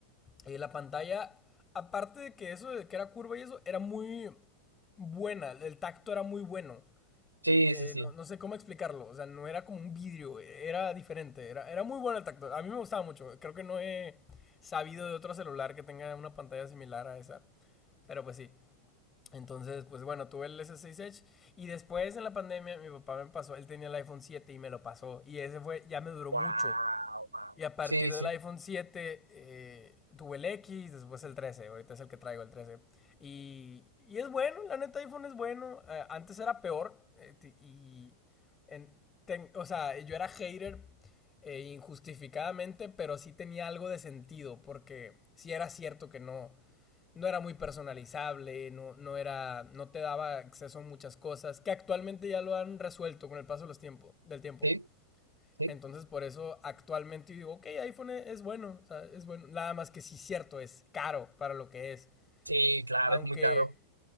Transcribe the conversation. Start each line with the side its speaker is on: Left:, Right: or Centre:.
Left: eh, la pantalla, aparte de que eso, de que era curva y eso, era muy buena, el tacto era muy bueno.
Right: Sí,
Left: Eh,
Right: sí, sí.
Left: no, no sé cómo explicarlo, o sea, no era como un vidrio, era diferente, era, era muy bueno el tacto, a mí me gustaba mucho, creo que no he sabido de otro celular que tenga una pantalla similar a esa. Pero pues sí. Entonces, pues bueno, tuve el S6 Edge y después en la pandemia mi papá me pasó, él tenía el iPhone 7 y me lo pasó y ese fue, ya me duró
Right: Wow,
Left: mucho
Right: wow.
Left: y a partir
Right: Sí, sí,
Left: del iPhone 7 eh, tuve el X, después el trece ahorita es el que traigo el trece Y, y es bueno, la neta iPhone es bueno. Eh, antes era peor eh, y en- ten- o sea, yo era hater eh, injustificadamente, pero sí tenía algo de sentido porque sí era cierto que no no era muy personalizable, no no era no te daba acceso a muchas cosas que actualmente ya lo han resuelto con el paso de los tiempos del tiempo.
Right: sí, sí.
Left: Entonces, por eso actualmente digo, ok, iPhone es bueno, o sea, es bueno. Nada más que sí, cierto, es caro para lo que es.
Right: Sí, claro,
Left: Aunque,
Right: es muy caro.